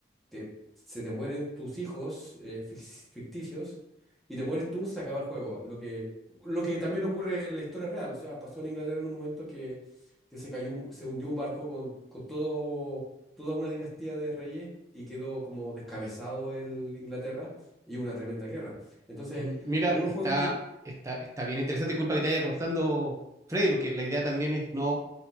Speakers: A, in the centre; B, on the right.
A: te- se te mueren tus hijos eh, fic- ficticios y te mueres tú, se acaba el juego. Lo que, lo que también ocurre en la historia real. O sea, pasó en Inglaterra en un momento que, que se cayó, un- se hundió un barco con, con todo, toda una dinastía de reyes y quedó como descabezado el Inglaterra y hubo una tremenda guerra.
B: <clears throat>
A: Entonces,
B: M- Mira,
A: algunos
B: está,
A: juegos tienen...
B: está, está bien interesante. Disculpa que te haya cortando Freddy, porque la idea también es no,